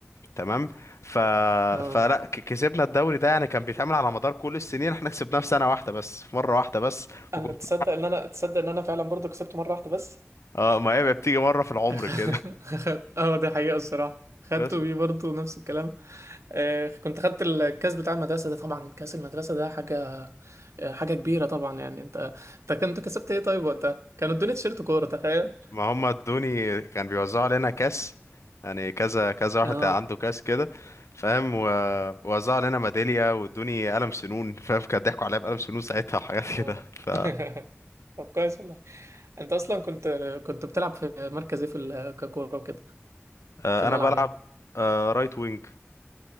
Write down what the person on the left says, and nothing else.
تمام ف...
فلا ك- كسبنا الدوري ده يعني كان بيتعمل على مدار كل السنين احنا كسبناه في سنة واحدة بس في مرة واحدة بس
وكنت
اه ما هي بتيجي مرة في العمر
كده
<laughs>
بس
ما هم ادوني كان بيوزعوا علينا كاس يعني كذا كذا واحد
عنده كاس كده فاهم و- ووزعوا علينا ميدالية وادوني قلم سنون <laughs> فاهم كان ضحكوا عليا بقلم سنون ساعتها وحاجات
كده ف
آه،
انا بلعب
آه، رايت وينج